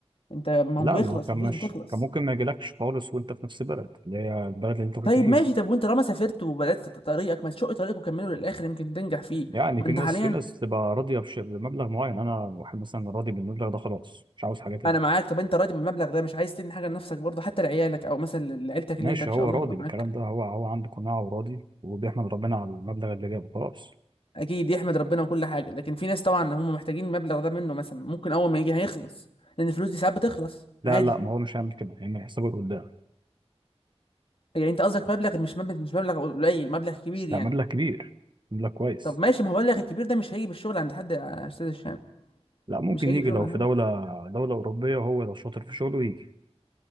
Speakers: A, on the left; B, on the right.
A: انت ما
B: لا
A: هو بيخلص
B: ما هو كان
A: الفلوس
B: مش
A: بتخلص
B: كان ممكن ما يجيلكش خالص وانت في نفس البلد اللي هي البلد اللي انت كنت
A: طيب
B: فيها
A: ماشي طب وانت لما سافرت وبدات ت- طريقك ما تشق طريقك وكمله للاخر يمكن تنجح فيه
B: يعني
A: ما
B: في
A: انت
B: ناس
A: حاليا
B: في ناس تبقى راضيه بش- بمبلغ معين انا واحد مثلا راضي بالمبلغ ده خلاص مش عاوز حاجه تاني
A: انا معاك طب انت راضي بالمبلغ ده مش عايز تدي حاجه لنفسك برضه حتى لعيالك او مثلا لعيلتك اللي
B: ماشي
A: انت ان شاء
B: هو
A: الله
B: راضي
A: هتبقى معاك
B: بالكلام ده هو هو عنده قناعة وراضي وبيحمد ربنا على المبلغ اللي جابه خلاص
A: اكيد يحمد ربنا وكل حاجه لكن في ناس طبعا هم محتاجين المبلغ ده منه مثلا ممكن اول ما يجي هيخلص لان الفلوس دي ساعات بتخلص
B: لا
A: عادي
B: لا ما هو مش هيعمل كده هيعمل حسابه لقدام
A: يعني انت قصدك مبلغ مش مبلغ مش مبلغ قليل مبلغ كبير يعني
B: لا مبلغ كبير مبلغ كويس
A: طب ماشي ما هو المبلغ الكبير ده مش هيجي بالشغل عند حد يا استاذ هشام
B: لا ممكن
A: مش هيجي
B: يجي
A: بشغل
B: لو
A: عند
B: في
A: حد
B: دولة دولة أوروبية وهو لو شاطر في شغله يجي